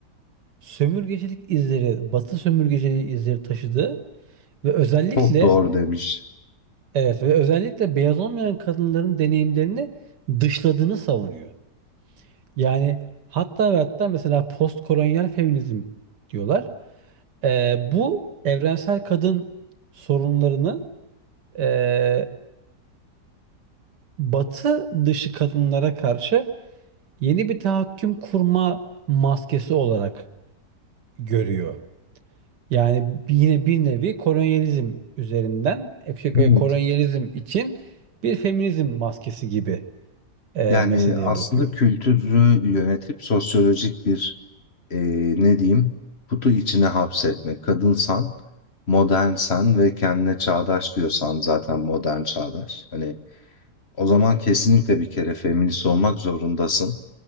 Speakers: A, on the right (about 80°); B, on the left (about 40°).
A: sömürgecilik izleri, Batı sömürgeciliği izleri taşıdığı ve özellikle
B: Çok doğru demiş.
A: Evet ve özellikle beyaz olmayan kadınların deneyimlerini dışladığını savunuyor. Yani hatta ve hatta mesela postkolonyal feminizm diyorlar. Eee, bu evrensel kadın sorunlarını, eee Batı dışı kadınlara karşı yeni bir tahakküm kurma maskesi olarak görüyor. Yani yine bir nevi kolonyalizm üzerinden, e,
B: Hı hı.
A: kolonyalizm için bir feminizm maskesi gibi, eee,
B: Yani,
A: meseleye
B: aslında
A: bakıyor.
B: kültürü yönetip sosyolojik bir, eee, ne diyeyim, kutu içine hapsetmek. Kadınsan, modernsen ve kendine çağdaş diyorsan zaten modern, çağdaş. Hani, o zaman kesinlikle bir kere feminist olmak zorundasın